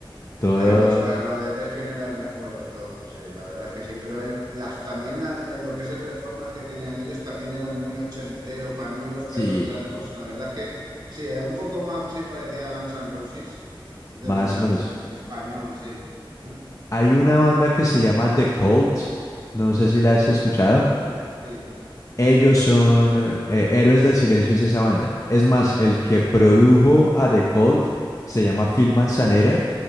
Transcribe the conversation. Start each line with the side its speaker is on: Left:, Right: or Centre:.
Left: todos.
Right: Egos, claro, de ver quién era el mejor de todos, sí, la verdad es que sí, pero el- las, también la- eh, lo que es el performance que tenían ellos también era muy ochentero, pañuelos,
Left: Sí.
Right: pelos largos, la verdad es que sí, eh, un poco más sí parecía a Guns N' Roses, pero
Left: Más
Right: en, es-
Left: o menos.
Right: en en español, sí. <laughs>
Left: Hay una banda que se llama The Cult. No sé si la
Right: Sí,
Left: has escuchado.
Right: sí.
Left: Ellos son eh, Héroes del Silencio, es esa banda. Es más, el que produjo a The Cult se llama Phil Manzanera.